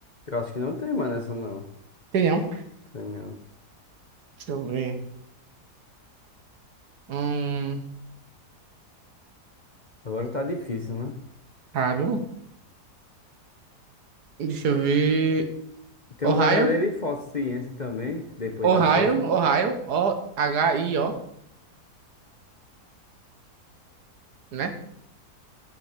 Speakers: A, on the left (about 35°); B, on the right (about 75°).
A: eu acho que não tem, mano, essa não.
B: Entendeu?
A: Tem não.
B: Deixa eu ver. Hum,
A: Agora tá difícil, né?
B: Ohio. Deixa eu ver.
A: Tem
B: Ohio,
A: um verdadeiro e falso ciência também, que depois
B: Ohio,
A: na próxima.
B: Ohio, O-H-I-O, né?